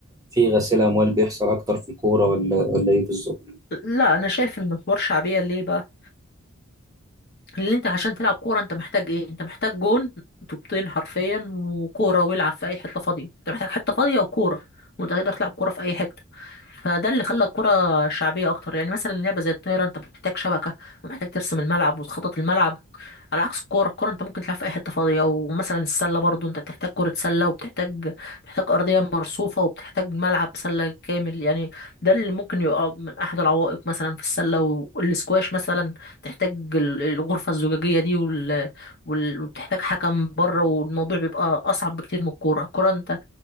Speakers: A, on the right; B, on the left.
A: فيه غسيل اموال بيحصل اكتر في الكورة ولا ولا ايه بالظبط
B: لا انا شايف ان الحوار شعبية ليه بقى اللي انت عشان تلعب كوره انت محتاج ايه انت محتاج جون طوبتين حرفيا وكوره والعب في اي حته فاضيه انت محتاج حته فاضيه وكوره وانت تقدر تلعب كوره في اي حته فده اللي خلى الكوره شعبيه اكتر يعني مثلا لعبه زي الطايره انت محتاج شبكه ومحتاج ترسم الملعب وتخطط الملعب على عكس الكوره الكوره انت ممكن تلعب في اي حته فاضيه ومثلا السله برضو انت بتحتاج كره سله وبتحتاج بتحتاج ارضيه مرصوفه وبتحتاج ملعب سله كامل يعني ده اللي ممكن يبقى من احد العوائق مثلا في السله والسكواش مثلا تحتاج ال- الغرفة الزجاجية دي وال... وال... وبتحتاج حكم بره والموضوع بيبقى أصعب بكتير من الكورة الكورة أنت